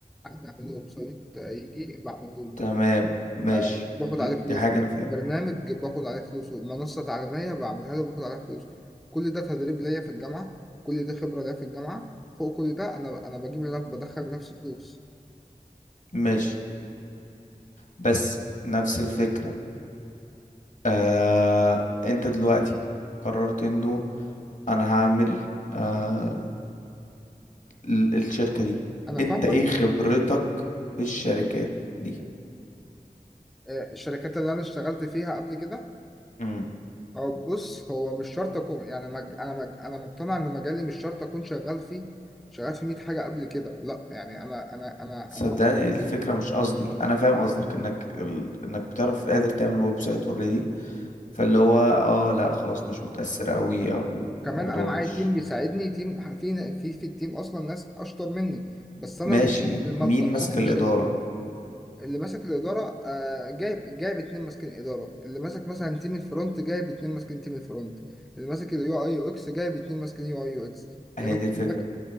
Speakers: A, in the centre; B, on the left (about 60°).
A: عايز يعمل له ويب سايت آه، يجي بعمله له
B: تمام ماشي
A: آه باخد
B: دي
A: عليه فلوس
B: دي حاجة انا فاهم
A: برنامج باخد عليه فلوس منصه تعليميه بعملها له باخد عليها فلوس كل ده تدريب ليا في الجامعه كل ده خبره ليا في الجامعه فوق كل ده انا انا بجيب لنفسي بدخل لنفسي فلوس
B: ماشي بس نفس الفكرة آه انت دلوقتي قررت انه انا هعمل آه ال- الشركة دي
A: انا
B: انت
A: فاهمك
B: ايه خبرتك في الشركات دي
A: آه، الشركات اللي انا اشتغلت فيها قبل كده
B: امم
A: هو بص هو مش شرط اكون يعني مج... انا مج... انا مقتنع ان مجالي مش شرط اكون شغال فيه شغال في 100 حاجه قبل كده لا يعني انا انا انا
B: صدقني
A: انا
B: الفكرة مش قصدي انا فاهم قصدك انك ال... انك بتعرف قادر تعمل ويب سايت اوريدي فاللي هو اه لا خلاص مش متأثر قوي او الموضوع
A: كمان انا معايا
B: مش
A: تيم بيساعدني تيم في في في التيم اصلا ناس اشطر مني بس انا
B: ماشي
A: اللي صاحب المبدأ
B: مين ماسك
A: صاحب
B: الإدارة
A: الشركه اللي ماسك الاداره آه جايب جايب اتنين ماسكين اداره اللي ماسك مثلا تيم الفرونت جايب اتنين ماسكين تيم الفرونت اللي ماسك اليو اي يو اكس جايب اتنين ماسكين يو اي يو اكس
B: هي
A: اللي ماسك
B: دي الفكرة
A: الباك-